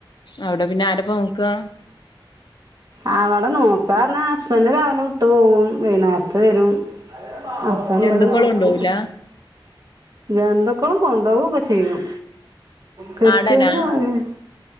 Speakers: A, on the left; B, on the right.
A: അവിടെ പിന്നെ ആരപ്പ നോക്കുക
B: അവിടെ നോക്ക പറഞ്ഞാ ഹസ്ബൻഡ് രാവിലെ വിട്ട് പോകും വൈകുന്നേരത്ത് വരും അപ്പൊ എന്തായാലും
A: ജന്തുക്കളും
B: കൊടുക്കും
A: ഉണ്ടാവൂല
B: എന്തൊക്കളും കൊണ്ടുപോകൊക്കെ ചെയ്യും കിട്ടിയത്
A: നാടനാ
B: പറഞ്ഞു